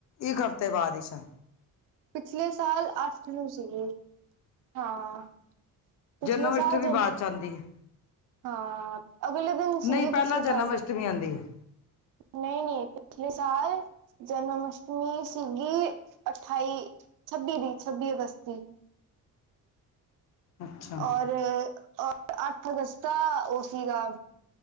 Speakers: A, on the left; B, on the right.
A: ਇੱਕ ਹਫ਼ਤੇ ਬਾਦ ਈ ਸ਼ਾ
B: ਪਿਛਲੇ ਸਾਲ ਅੱਠ ਨੂੰ ਸੀਗੀ ਹਾਂ ਪਿਛਲੇ
A: ਜਨਮ
B: ਸਾਲ
A: ਅਸ਼ਟਮੀ
B: ਜਨ
A: ਬਾਅਦ
B: ਹ
A: ਚ ਆਉਂਦੀ ਹੈ
B: ਹਾਂ ਅਗਲੇ ਦਿਨ ਸੀਗੀ
A: ਨਹੀਂ ਪਹਿਲਾਂ
B: ਪਿਛਲੇ
A: ਜਨਮ
B: ਸਾਲ ਤੇ
A: ਅਸ਼ਟਮੀ ਆਉਂਦੀ ਹੈ
B: ਨਈ ਨਈ ਪਿਛਲੇ ਸਾਲ ਜਨਮ ਅਸ਼ਟਮੀ ਸੀਗੀ ਅਠਾਈ ਛੱਬੀ ਦੀ ਛੱਬੀ ਅਗਸਤ ਦੀ।
A: ਅੱਛਾ
B: ਔਰ ਅ ਅੱਠ ਅਗਸਤ ਦਾ ਓ ਸੀਗਾ